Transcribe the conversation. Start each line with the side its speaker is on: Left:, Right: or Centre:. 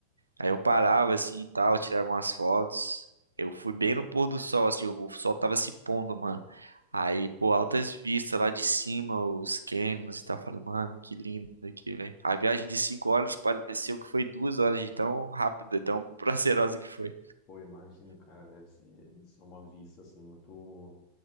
Right: Aí eu parava assim e tal, tirava umas fotos. Eu fui bem no pôr do sol, assim, o sol tava se pondo, mano. Aí, pô, altas vistas lá de cima, os cânions e tal. Eu Falei, mano, que lindo aqui, velho. A viagem de cinco horas pareceu que foi duas horas de tão rápida, tão <laughs> prazerosa que foi.
Left: Pô, imagino, cara, deve ser, deve ser uma vista, assim, muito...